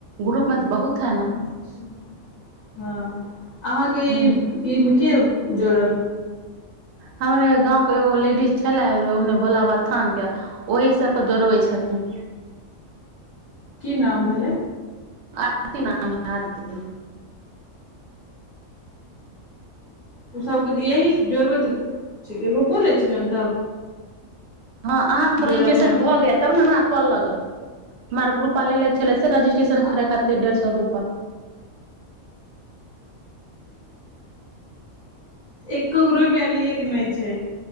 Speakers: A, on the right; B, on the left.
A: ग्रुप मे तऽ बहुत है न
B: अच्छा हँ अहाँके
A: ह
B: ई ई मे के जुड़ल
A: हमर गाँवके एगो लेडीज छलै ओनै भोलाबाबा स्थानके ओही सभपर जोड़बै छथिन
B: की नाम भेलै
A: आरती नाम है आरती
B: ओ सभके यही जोड़बैत छिकै रुपओ लै छिकै ने तब
A: हँ अहाँके तऽ
B: जोड़यमे
A: रजिस्ट्रेशन भऽ गेल तब ने हमरा कॉल लगल हमरा आर के रूपा लेले छलै रजिस्ट्रेशन
B: आ
A: करै खातिर डेढ़ सौ रू प
B: एकोगो रूपैया लिएके नहि छै